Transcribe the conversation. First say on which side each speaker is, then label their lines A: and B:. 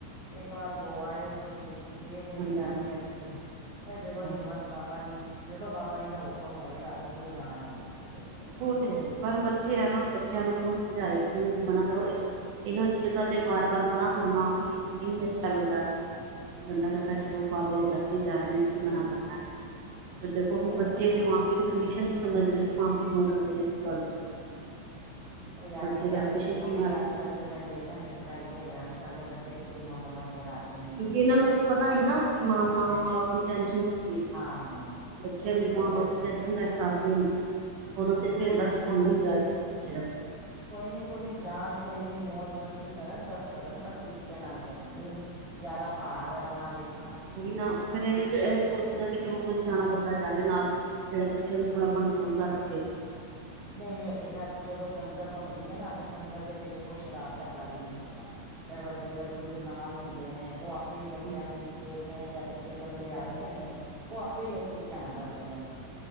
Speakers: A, on the right (about 40°); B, on the right (about 70°).
A: ਇੱਕ ਵਾਰ ਹੋ ਆਇੳ ਤੁਸੀਂ, ਵੇਖ ਲਿੱਤਾ
B: ਹਾਂਜੀ ਹਾਂਜੀ
A: ਆਪਣੀ ਅੱਖੀ ਫ ਜਦੋਂ
B: ਹਾਂ
A: ਹਿੰਮਤ ਬਾਬਾ ਜੀ, ਜਦੋਂ ਬਾਬਾ ਜੀ ਦਾ ਹੁਕਮ ਹੋਏਗਾ, ਤੇ ਉਦੋਂ ਹੀ ਜਾਨ ਹੁੰਦਾ ਦੇਖੋ
B: ਉਹ ਤੇ ਹੈ ਈ, ਪਰ ਬੱਚੇ
A: ਹਾਂ
B: ਆ ਨਾ, ਬੱਚਿਆਂ ਨੂੰ ਕੌਣ ਸਮਝਾਏ, ਕਿ ਮੇਰੇ ਮਨਾ ਕਰੋ ਇਹ ਇਹੋ ਜਿਹੀ ਜਗ੍ਹਾ ਤੇ ਵਾਰ- ਵਾਰ ਮਨਾ ਕਰਨਾ, ਵੀ ਨ ਅੱਛਾ ਲੱਗਦਾ। ਬੰਦਾ ਕਹਿੰਦਾ, ਬਾਬੇ ਦੇ ਦਰ ਤੇ ਜਾ ਰਹੇ ਨੇ, ਕੀ ਮਨਾ ਕਰਨਾ। ਦੇਖੋ,
A: ਕੋਈ
B: ਬੱਚੇ ਮਾਂ ਪੇ ਦੀ ਕੰਡੀਸ਼ਨ ਨੀ ਸਮਝਦੇ ਨਾ, ਕਿ ਮਾਂ ਪੇ ਕਿਉਂ ਡਰਦੇ ਨੇ ਕਿਸ ਗੱਲ ਤੋਂ ਨੇ।
A: ਬਈ
B: ਬੱਚੇ
A: ਅੱਜ ਕੱਲ
B: ਆਪਣੀ
A: ਤੇ ਦੇਖੋ,
B: ਸ਼ੇਖੀ
A: ਵੀ
B: ਮਾਰਦੇ
A: ਅੱਜ
B: ਨੇ
A: ਕੱਲ ਦੀ ਜਨਰੇਸ਼ਨ ਇਸ ਤਰ੍ਹਾਂ ਹੀ ਹੈ, ਅੱਜ ਕੱਲ੍ਹ ਦੇ ਬੱਚੇ ਕਿਸੇ ਨੂੰ ਸਮਝ ਕੇ ਰਾਜੀ ਨਹੀਂ
B: ਕਿਉਂਕਿ, ਇਹਨਾਂ ਨੂੰ ਪਤਾ ਨੀ ਨਾ, ਕਿ ਮਾਂ- ਮਾਂ
A: ਹੈ
B: ਬਾਪ ਦੀ ਟੈਸ਼ਨ ਕੀ ਹੈ।
A: ਹਾਂ
B: ਬੱਚਿਆਂ ਮਾਂ
A: ਉਹੀ ਹੈ
B: ਬਾਪ
A: ਤੇ
B: ਟੈਨਸ਼ਨ ਦਾ ਅਹਿਸਾਸ ਨਹੀਂ ਹੁੰਦਾ, ਉਹਨੂੰ ਸਿਰਫ ਇਹਦਾ
A: ਕੋਈ
B: ਸਾਨੂੰ ਇੰਜੋਏਮੈਂ ਬੱਚੇ ਦਾ
A: ਕੋਈ ਨੀ, ਕੋਈ ਨੀ ਜਾਨ ਕੋਈ ਨੀ, ਮੌਜ ਮਸਤੀ ਕਰਨ, ਸਭ ਕਰਨ ਪਰ ਤਰੀਕਿਆਂ ਨਾਲ ਕਰਨ ਜ਼ਿਆਦਾ ਪੜਾਂ ਵੱਲ ਨਾ ਵੇਖ
B: ਹੀ ਨਾ, ਫਿਰ ਇਹ ਸੋਚ ਸੀਗਾ ਕਿ ਚਲੋ ਕੋਈ ਸਿਆਣਾ ਬੰਦਾ ਜਾਵੇ ਨਾਲ, ਜਿਹੜਾ ਬੱਚਿਆਂ ਨੂੰ ਥੋੜਾ ਕੰਟਰੋਲ ਕਰ ਰੱਖੇ।
A: ਨਹੀਂ -ਨਹੀਂ ਉੱਥੇ ਖੈਰ ਜਦੋਂ ਸੰਗਤ ਆਉਂਦੀ ਹੈ ਨਾ, ਤੇ ਸੰਗਤ ਦੇ ਵਿੱਚ ਕੋਈ ਸ਼ਰਾਰਤਾ ਕਰ ਵੀ ਨੀ ਸਕਦਾ, ਫਿਰ ਵੱਡੇ ਬਜ਼ੁਰਗ ਨਾਲ ਹੁੰਦੇ ਨੇ ਉਹ ਆਪ ਆਪੇ
B: ਕਿਉਂਕਿ
A: ਬੱਚਿਆਂ ਨੂੰ ਦੇਖਦੇ ਨੇ ਜਾਂ ਬੱਚੇ ਇਕੱਲੇ ਆਏਦੇ ਨੇ, ਉਹ ਆਪੇ ਲੋਕੀ ਧਿਆਨ ਰੱਖਦੇ ਨੇ